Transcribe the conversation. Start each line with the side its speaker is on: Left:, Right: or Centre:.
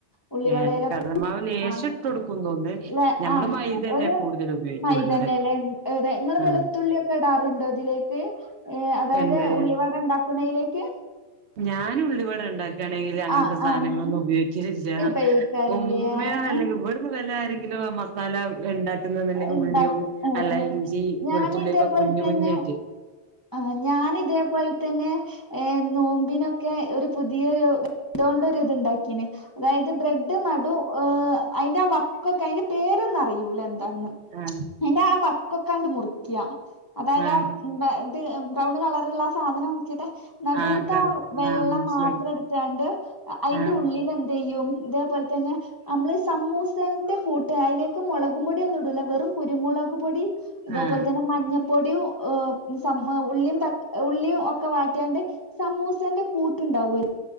Left: ഉള്ളിവടേലൊക്കെ
Right: ഏഹ് കടലമാവ് ലേശം
Left: ആഹ്
Right: ഇട്ട് കൊടുക്കും തോന്നുന്നു
Left: ലേ
Right: ഞമ്മള്
Left: ആഹ്
Right: മൈദ തന്നെയാ
Left: ഒരു
Right: കൂടുതൽ ഉപയോഗിക്കുക
Left: മൈദന്നെല്ലേ
Right: ഉള്ളിവടക്ക്
Left: എതെ നിങ്ങള്
Right: ആഹ്
Left: വെളുത്ത് ള്ളൊക്കെ ഇടാറുണ്ടോ അതിലേക്ക് ഏഹ് അതായത്
Right: എന്ത്
Left: ഉള്ളി വട ഇണ്ടാക്കുന്നയിലേക്ക്
Right: ഞാനുള്ളിവട ഉണ്ടാക്കുകാണെങ്കില് അങ്ങനത്തെ
Left: ആഹ്
Right: സാധനങ്ങളൊന്നും
Left: ആഹ്
Right: ഉപയോഗി ക്കലില്ല
Left: ഉപയോഗിക്കലില്ലേ
Right: ഉമ്മയോ അല്ലെങ്കി
Left: ആ
Right: ഇവിടുന്ന് വല്ലോം ആരെങ്കിലും ആ മസാല ഉണ്ടാ <unintelligible> തന്നെ
Left: ഉണ്ടാക്കും
Right: ഉള്ളിയും
Left: ഏഹ്
Right: അല്ല
Left: ഏഹ്
Right: ഇഞ്ചിയും വെള്ളത്തിലേക്ക്
Left: ഞാൻ
Right: വെളുത്തുള്ളിയൊക്കെ
Left: ഇതേപോലെ
Right: കുഞ്ഞ്
Left: തന്നെ
Right: കുഞ്ഞാക്കി
Left: ആഹ് ഞാനിതേ പോ ലെ തന്നെ ഏഹ് നോമ്പിനൊക്കെ ഒരു പുതിയൊരു ഇതൊണ്ടൊരു ഇത്ണ്ടാക്കി അതായത് ബ്രെഡ് നടു ഹ് അതിന്റെ ആ വക്കൊക്കെ അതിന്റെ പേരൊന്നും അറയൂലനക്ക് <unintelligible>
Right: ആഹ്
Left: അയിന്റെ ആ വക്കൊക്കാണ്ട് മുറിക്ക അതായത്
Right: ആഹ്
Left: ആ ഇത് ഉം ബ്രൗണ് കളറുള്ള ആ സാധനം വെച്ചിട്ടാ നടൂത്ത
Right: ആഹ് ആഹ്
Left: ആ വെള്ള
Right: ആഹ് മനസ്സിലായി
Left: മാത്രം എടുത്താണ്ട് അതിന്റെ
Right: ആഹ്
Left: ഉള്ളിൽ എന്ത് ചെയ്യും ഇതേപോലെ തന്നെ നമ്മള് സമൂസേന്റെ കൂട്ടു അയിലേക്ക് മുള പൊടിയൊന്നും ഇടൂല വെറും കുരുമുളക് പൊടി ഇതേപോലെതന്നെ
Right: ആഹ്
Left: മഞ്ഞ പൊടിയും ആഹ് ദ് സം ഉള്ളിം തക് ഉള്ളിം ഒക്ക വാട്ട്യാണ്ട് സമൂസന്റെ കൂട്ടുണ്ടാവൊൽ